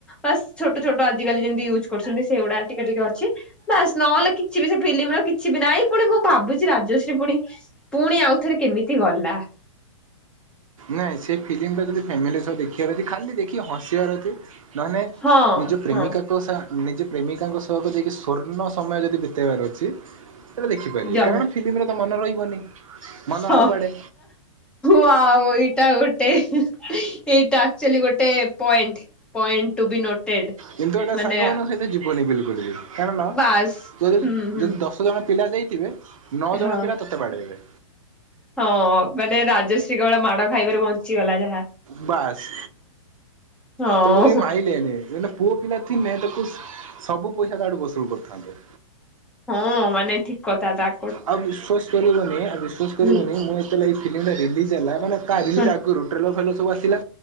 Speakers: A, in the centre; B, on the right.
A: ବାସ ଛୋଟ ଛୋଟ ଆଜିକାଲି ଯେମିତି ୟୁଜ୍ କରୁଛନ୍ତି ସେଇଗୁଡା ଟିକେ ଟିକେ ଅଛି। ଵାସ୍ ନହେଲେ କିଛି ବି ସେ ଫିଲ୍ମର କିଛି ବି ନାହିଁ ପୁଣି ମୁଁ ଭାବୁଛି ରାଜଶ୍ରୀ ପୁଣି ପୁଣି ଆଉଥରେ କେମିତି ଗଲା।
B: ନାଇଁ ସେ ଫିଲ୍ମଟା ଯଦି ଫ୍ୟାମିଲି ସହ ଦେଖିବାର ଅଛି ଖାଲି ଦେଖି ହସିବାର ଅଛି। ନହେଲେ
A: ହଁ
B: ନିଜ ପ୍ରେମିକା
A: ହଁ।
B: ନିଜ ପ୍ରେମିକାଙ୍କ ସହଙ୍କ ଯାଇକି ସ୍ଵର୍ଣ୍ଣ ସମୟ ଯଦି ବିତେଇବାର ଅଛି ସେଇଟା ଦେଖିପାରିବେ
A: ଜମା
B: କାରଣ ଫିଲ୍ମରେ ତ ମନ ରହିବନି। ମନ
A: ହଁ।
B: ଆଉ କୁଆଡ଼େ
A: ୱାଓ ଏଇଟା ଗୋଟେ ଏଇଟା ଆକ୍ଚୁଲି ଗୋଟେ point. Point to be noted.
B: କିନ୍ତୁ ଏଇଟା
A: ମାନେ
B: ସାଙ୍ଗମାନଙ୍କ ସହିତ ଯିବନି ବିଲକୁଲ ବି କାରଣ
A: ବାସ୍
B: ତୋ
A: ହୁଁ ହୁଁ
B: ଯଦି ଦଶ ଜଣ ପିଲା ଯାଇଥିବେ ନଅ ଜଣ
A: ହଁ
B: ପିଲା ତୋତେ ବାଡ଼େଇବେ।
A: ହଁ ମାନେ ରାଜଶ୍ରୀ କେବଳ ମାଡ଼ ଖାଇବାରୁ ବଞ୍ଚିଗଲା ଯାହା।
B: ବାସ
A: ହଁ
B: ତାକୁ କେ ମାଇଲେନି ହେଲା। ପୁଅ ପିଲା ଥିଲେ ତାକୁ ସବୁ ପଇସା ତାଠୁ ବସୁଲ୍ କରିଥାନ୍ତେ।
A: ହଁ ମାନେ ଠିକ୍। କଥାଟା।
B: ଆଉ ବିଶ୍ୱାସ କରିବନି ଆଉ ବିଶ୍ୱାସ କରିବନି
A: ହୁଁ।
B: ମୁଁ ଏ ଏଇ ଫିଲ୍ମଟା ରିଲିଜ ହେଲା ମାନେ ତା ରିଲିଜ
A: ହଁ
B: ଆଗରୁ ଟ୍ରେଲର ଫେଲର ସବୁ ଆସିଲା।